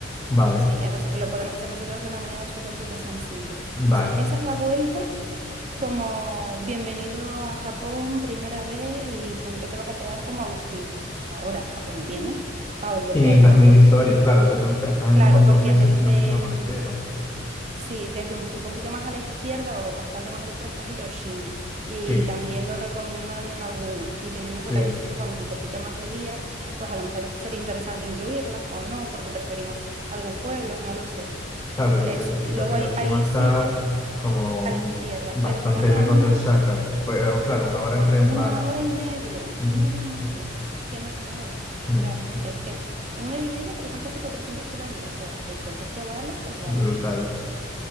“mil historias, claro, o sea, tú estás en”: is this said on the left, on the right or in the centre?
Left